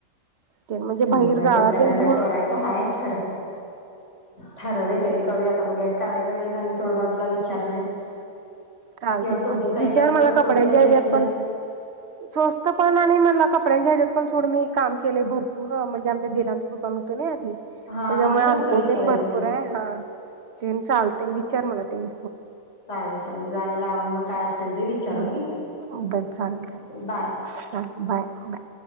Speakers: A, on the right (about 55°); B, on the left (about 55°).
A: तेन म्हणजे बाहीर
B: बघा
A: गाळा
B: डोक्यात
A: तेन
B: आता
A: घेऊन
B: करायचं हाय ठर ठरवले तरी करूया आता बघूया करायच्या वेळी जरा मी थोडंफार तुला विचारणेच
A: चालतय
B: किंवा तुमच्या
A: चालतय
B: साईडला
A: विचार
B: जर कुठं
A: मला
B: स्वस्त
A: कपड्यांच्या
B: भेटलं
A: हेच्यात पण स्वस्त फोन आणि मला कपड्यांच्या ह्यात पण सोड मी काम केलय भरपूर म्हणजे आमच्या दिरांचं दुकान होत नाई हा त्याच्यामुळे
B: हा म्हणूनच
A: अनुभव
B: तुला विचारायचं
A: तेन भरपूर
B: म्हटलं
A: हाय हा तेन चालतय विक विचार मला काहीही
B: चालेल चालेल मी तुला अजुन लावून मग काय असेल? ते विचारून
A: हा
B: घेते
A: बर चालेल
B: ओके
A: चालेल
B: चल बाय
A: बाय बाय